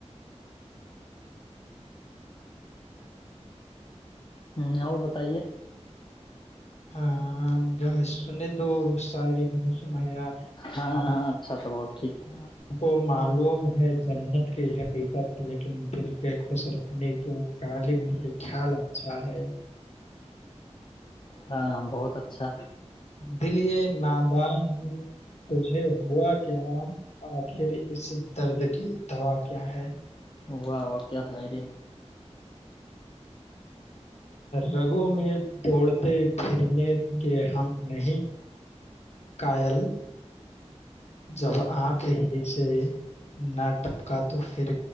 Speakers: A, on the left; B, on the left.
A: ہوں اور بتائیے
B: ہاں جو سنے تو شاعری میں نے سنایا
A: ہاں
B: ہم
A: ہاں اچھا تو بہت ٹھیک
B: کو معلوم ہے جنت کی حقیقت لیکن دل کے خوش رکھنے کی وہ غالب یہ خیال اچھا ہے
A: ہاں بہت اچھا
B: دلیے نادان کھ ہے ہوا کیا آخر اس درد کی دوا کیا ہے
A: واہ ہو کیا سائڈ ہے
B: رگو م دوڑ تے پھرنے کے ہم نہیں کائل جب آنکھیں ہی سے نہ ٹپکا تو پھر